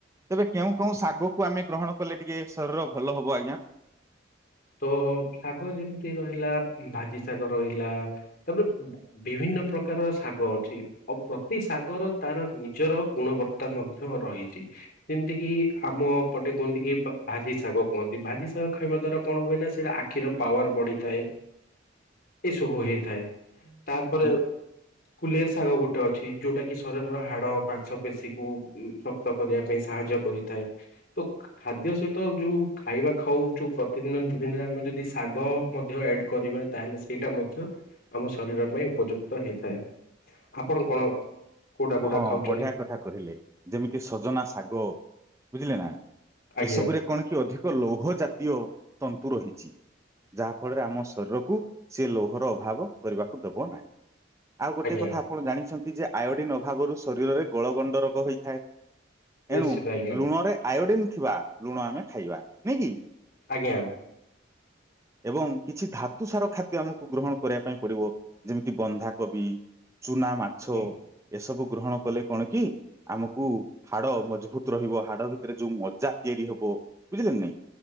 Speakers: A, on the right; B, on the left.
A: ତେବେ କେଉଁ କେଉଁ ଶାଗକୁ ଆମେ ଗ୍ରହଣ କଲେ ଟିକେ ଶରୀର ଭଲ ହବ ଆଜ୍ଞା।
B: ତ ଶାଗ ଯେମିତି ରହିଲା ଭାଜି ଶାଗ ରହିଲା। ତାପରେ ଉଁ ବିଭିନ୍ନ ପ୍ର କାର ଶାଗ ଅଛି ଆଉ ପ୍ରତି ଶାଗର ତାର ନିଜର ଗୁଣବତ୍ତା ମଧ୍ୟ ରହିଛି। ଯେମିତି କି ଆମ ପଟେ କୁହନ୍ତି କି ବା ଭାଜି ଶାଗ କୁହନ୍ତି ଭାଜି ଶାଗ ଖାଇବା ଦ୍ଵାରା। କଣ ହୁଏ ନା ସେଇଟା ଆଖିର ପାୱାର ବଢିଥାଏ ଏ ସବୁ ହେଇଥାଏ। ତାପରେ।
A: ହୁଁ
B: କୁଲେର ଶାଗ ଗୋଟେ ଅଛି ଯୋଉଟା କି ଶରୀର ହାଡ ମାଂସ ପେଶୀ କୁ ଉଁ ଶକ୍ତ କରିବା ପାଇଁ ସା ସାହାଯ୍ୟ କରିଥାଏ ତ ଖା-ଖାଦ୍ୟ ସହିତ ଯୋଉ ଖାଇବା ଖାଉ ଯୋଉ ପ୍ର ନୀତିଦିନ ନୀତିଦିନରେ ଆମେ ଯଦି ଶାଗ ମଧ୍ୟ ଏଡ କରିବା ତାହେଲେ ସେଇଟା ମଧ୍ୟ ଆମ ଶରୀର ପାଇଁ। ଉପଯୁକ୍ତ ହେଇଥାଏ ଆପଣ କଣ। କୋଉଟା କୋଉଟା
A: ହଁ
B: ଖାଉଛନ୍ତି?
A: ବଢିଆ କଥା କହିଲେ ଯେମିତି ସଜନା ଶାଗ ବୁଝିଲେ ନା।
B: ଆଜ୍ଞା
A: ଏସବୁରେ କଣ କି ଅଧିକ ଲୌହ ଜାତୀୟ ତନ୍ତୁ ରହିଛି। ଯାହା ଫଳରେ ଆମ ଶରୀରକୁ ସେ ଲୌହର ଅଭାବ କରିବାକୁ ଦେବ ନାହିଁ। ଆଉ ଗୋଟିଏ
B: ଆଜ୍ଞା
A: କଥା ଆପଣ ଜାଣିଛନ୍ତି ଯେ ଆୟୋଡିନ ଅଭାବରୁ ଶରୀରରେ ଗଳ ଗଣ୍ଡ ରୋଗ ହୋଇଥାଏ।
B: ନିଶ୍ଚିତ
A: ଏଣୁ
B: ଆଜ୍ଞା
A: ଲୁଣରେ ଆୟୋଡିନ ଥିବା ଲୁଣ ଆମେ ଖାଇବା ନାଇଁ କି।
B: ଆଜ୍ଞା।
A: ଏବଂ କିଛି ଧାତୁ ସାର ଖାଦ୍ୟ ଆମକୁ ଗ୍ରହଣ କରିବା ପାଇଁ ପଡିବ ଯେମିତି ବନ୍ଧାକୋବି। ଚୁନା ମାଛ
B: ହୁଁ
A: ଏସବୁ। ଗ୍ରହଣ କଲେ କଣ କି ଆମକୁ ହାଡ ମଜବୁତ ରହିବ ହାଡ ଭିତରେ ଯୋଉ ମଜା ତିଆରି ହେବ। ଓ ବୁଝିଲେ କି ନାଇଁ